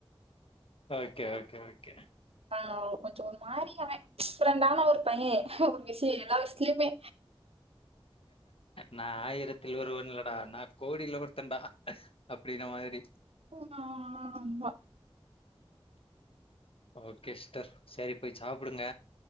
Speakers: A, on the left; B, on the right.
A: ஓகே ஓகே ஓகே
B: ஆ கொஞ்ச ஒரு மாரி அவே ஃப்ரெண்டானா ஒரு பைய ஒரு விஷய எல்லா வயசலெமே
A: நா ஆயிரத்தில் ஒருவன் இல்லடா நா கோடியில ஒருத்தன்டா அப்படின்ன மாதிரி
B: ஆமா
A: ஓகே சிஸ்டர் செரி போய் சாப்பிடுங்க